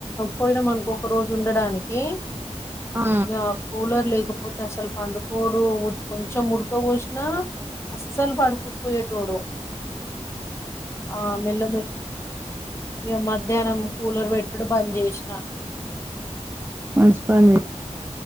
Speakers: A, on the left (about 20°); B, on the right (about 20°).
A: పోయినం అనుకో ఒక రోజు ఉండడానికి
B: ఆ
A: ఇక కూలర్ లేకపోతే అసలు పండుకోడు కొంచెం ఉడకపో నా అసలు పడుకోకపోయితోడు ఆ మేళ ఇక మధ్యాహ్నం కూలర్ పెట్టుడు బంద్ చేసిన
B: మంచి పని చేసినవు